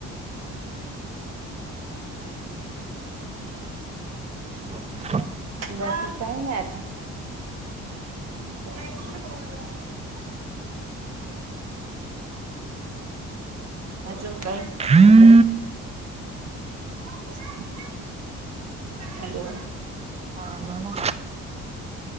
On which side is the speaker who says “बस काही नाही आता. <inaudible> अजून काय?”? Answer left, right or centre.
Right